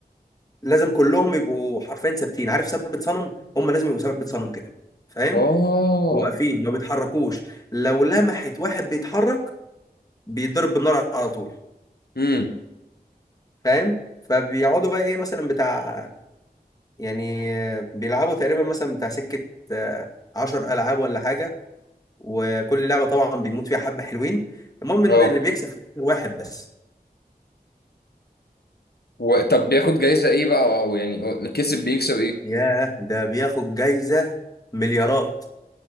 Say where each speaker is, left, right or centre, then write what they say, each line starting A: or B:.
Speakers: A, on the left; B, on the left.
A: لازم كلهم يبقوا حرفيا ثابتين عارف ثبت صنم هم لازم يبقوا ثبت صنم كده فاهم
B: اه
A: هو واقفين ما بيتحركوش لو لمحت واحد بيتحرك بيضرب بالنار على طول
B: امم
A: فاهم فبيقعدوا بقى ايه مثلا بتاع يعني آه، بيلعبوا تقريبا مثلا بتاع سكة آه، عشر ألعاب ولا حاجة وكل لعبة طبعا بيموت فيها حبة حلوين المهم إن
B: اه
A: اللي بيكسب في الآخر واحد بس
B: و... طب بياخد جايزه ايه بقى او يعني كسب بيكسب
A: ياه ده بياخد جايزة مليارات